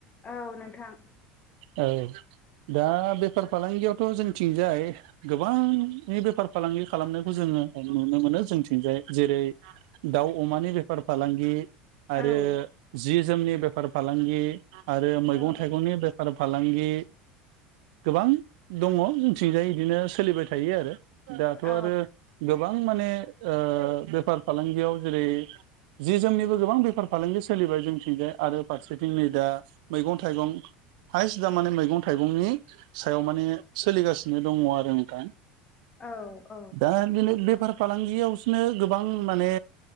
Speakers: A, on the left; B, on the right.
A: औ नोंथां
B: औ दा बेफार फालांगियावथ' जोंथिंजाय गोबांनि बेफार फालांगि खालामनायखौ जोङो नुनो मोनो जोंथिंजाय जेरै दाउ अमानि बेफार फालांगि आरो
A: औ
B: जि जोमनि बेफार फालांगि आरो मैगं
A: औ
B: थाइगंनि बे फालांगि गोबां दङ जोंथिंजाय बिदिनो सोलिबाय थायो आरो दाथ'
A: औ
B: आरो गोबां गोबां माने बेफार फालांगियाव जेरै जि जोमनिबो गोबां बेफार फालांगि सोलिबाय जोंथिंजाय आरो फारसेथिं नै दा मैगं थाइगं हाइस दा माने मैगं थाइगंनि सायाव माने सोलिगासिनो दङ आरो नोंथां।
A: औ औ
B: दा बिनो बेफार फालांगियावसोनो गोबां माने